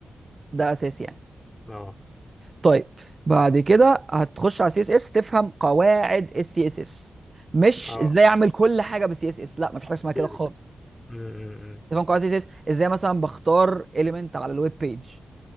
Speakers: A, on the right (about 40°); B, on the left (about 20°).
A: ده اساسي يعني
B: اه
A: طيب بعد كده هتخش على سي اس اس تفهم قواعد السي اس اس مش
B: اه
A: ازاي اعمل كل حاجه بالسي اس اس لا مفيش حاجه اسمها
B: ديفيد
A: كده خالص
B: م- م- م.
A: تفهم قواعد السي اس اس ازاي مثلا بختار اليمنت على الويب بيج